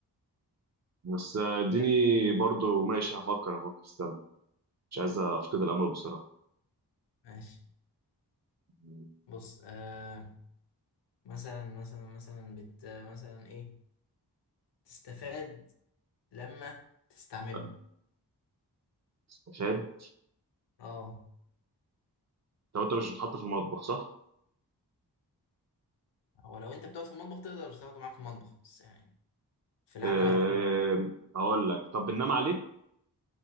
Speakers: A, on the right; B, on the left.
A: بس آه، اديني
B: طيب.
A: برضو ماشي هفكر هفكر استنى مش عايز أفقد الأمل بسرعة
B: ماشي
A: مم.
B: بص آه مثلا مثلا مثلا بت مثلا ايه تستفاد لما تستعمله
A: آه، استفاد
B: اه
A: طب أنت مش بتحط في المطبخ صح؟
B: ولو انت بتقعد في المطبخ تقدر تاخده معاك في المطبخ بس يعني في العادة
A: لا أه...
B: لا يعني.
A: هقول لك طب بننام عليه؟